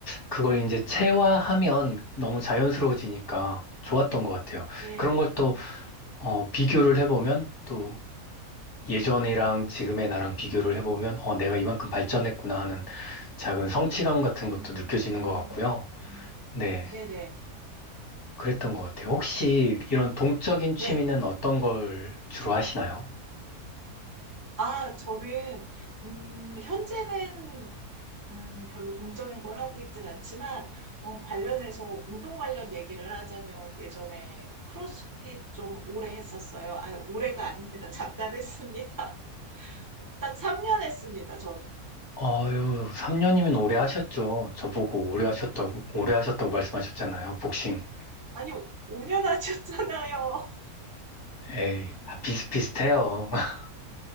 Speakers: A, on the left; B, on the right.
A: 그걸 이제 체화하면 너무 자연스러워지니까 좋았던 것 같아요.
B: 네.
A: 그런 걸 또, 어, 비교를 해보면 또 예전이랑 지금의 나랑 비교를 해보면 어, 내가 이만큼 발전했구나 하는 작은 성취감 같은 것도
B: 음,
A: 느껴지는 것 같고요. 네.
B: 네네.
A: 그랬던 것 같아요. 혹시 이런 동적인 취미는
B: 네.
A: 어떤 걸 주로 하시나요?
B: 아, 저는, 음, 현재는 음, 별로 동적인 걸 하고 있진 않지만, 어, 관련해서 운동 관련 얘기를 하자면 예전에 크로스핏 좀 오래 했었어요. 아, 오래가 아닙니다. 잠깐 했습니다. <laughs> 딱 3년 했습니다, 저는.
A: 아유, 3년이면 오래 하셨죠. 저보고 오래 하셨다고, 오래 하셨다고 말씀하셨잖아요. 복싱.
B: 아니, 5년 하셨잖아요.
A: 에이, 다 비슷비슷해요. <laughs>